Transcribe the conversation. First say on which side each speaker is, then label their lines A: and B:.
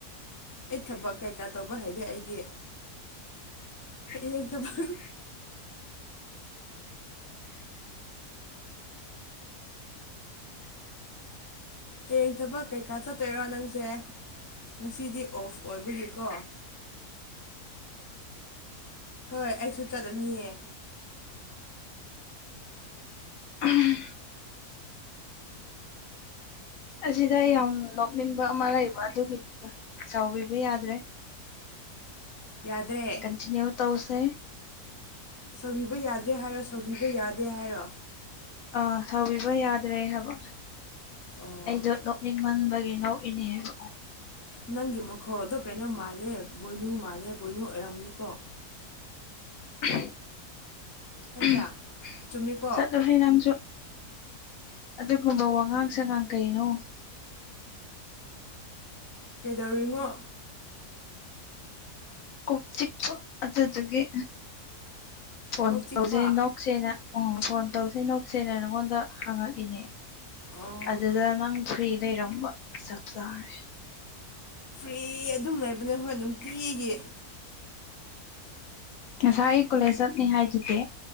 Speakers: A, on the left (about 20°); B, on the left (about 65°).
A: ꯑꯩ ꯊꯕꯛ ꯀꯩꯀꯥ ꯇꯧꯕ ꯍꯩꯇꯦ ꯑꯩꯗꯤ ꯑꯦ ꯑꯗꯨꯃꯝ ꯍꯌꯦꯡ ꯊꯕꯛ ꯀꯩꯀꯥ ꯆꯠꯇꯣꯏꯔꯣ ꯅꯪꯁꯦ ꯉꯁꯤꯗꯤ ꯑꯣꯐ ꯑꯣꯏꯕꯒꯤꯀꯣ ꯍꯣꯏ ꯑꯩꯁꯨ ꯆꯠꯂꯅꯤꯑ
B: ꯎꯝ ꯑꯁꯤꯗ ꯑꯩ ꯌꯥꯝ ꯅꯣꯛꯅꯤꯡꯟꯕ ꯑꯃ ꯂꯩꯕ ꯑꯗꯨꯒꯤꯅꯤꯗ ꯆꯥꯎꯕꯤꯕ ꯌꯥꯗ꯭ꯔꯦ
A: ꯌꯥꯗ꯭ꯔꯦ
B: ꯏꯅꯦ ꯇꯧꯁꯦ
A: ꯁꯧꯕꯤꯕ ꯌꯥꯗꯦ ꯍꯥꯏꯔꯣ ꯁꯧꯕꯤꯕ ꯌꯥꯗꯦ ꯍꯥꯏꯔꯣ
B: ꯑꯥ ꯇꯧꯕꯤꯕ ꯌꯥꯗ꯭ꯔꯦ ꯍꯥꯏꯕ
A: ꯑꯣ
B: ꯑꯩꯗꯣ ꯅꯣꯛꯅꯤꯡ ꯃꯟꯕꯒꯤꯅꯣꯛ ꯏꯅꯦ ꯍꯥꯏꯕ
A: ꯅꯪꯒꯤ ꯃꯈꯣꯗꯣ ꯀꯩꯅꯣ ꯃꯥꯜꯂꯦ ꯄꫭꯏꯅꯨ ꯃꯥꯜꯂꯦ ꯄꫭꯏꯅꯨ ꯑꯣꯏꯔꯝꯒꯅꯤꯀꯣ
B: ꯎꯝ
A: ꯅꯠꯇ꯭ꯔꯥ
B: ꯎꯝ
A: ꯆꯨꯝꯃꯤꯀꯣ
B: ꯆꯠꯂꯨꯍꯦ ꯅꯪꯖꯨ ꯑꯗꯨꯒꯨꯝꯕ ꯋꯥꯉꯥꯡ ꯁꯉꯥꯡ ꯀꯩꯅꯣ
A: ꯀꯩꯗꯧꯔꯤꯅꯣ
B: ꯀꯣꯛ ꯆꯤꯛꯄ ꯑꯗꯨꯗꯨꯒꯤ ꯐꯣꯟ
A: ꯀꯣꯛ ꯆꯤꯛꯄ
B: ꯇꯧꯖꯩ ꯅꫭ ꯅꫭꯛꯁꯦꯅ ꯎꯝ ꯐꯣꯟ ꯇꯧꯁꯤ ꯅꫭꯛꯁꯦꯅ ꯅꯉꯣꯟꯗ ꯍꯪꯉꯛꯏꯅꯦ
A: ꯑꯣ
B: ꯑꯗꯨꯗ ꯅꯪ ꯐ꯭ꯔꯤ ꯂꯩꯔꯝꯕ ꯆꯞ ꯆꯥꯔꯦ
A: ꯐ꯭ꯔꯤ ꯑꯗꯨꯝ ꯂꯩꯕꯅꯦ ꯍꯣꯏ ꯅꯨꯡꯇꯤꯒꯤ
B: ꯉꯁꯥꯏ ꯀꯣꯂꯦꯁ ꯆꯠꯅꯤ ꯍꯥꯏꯗꯨꯗꯤ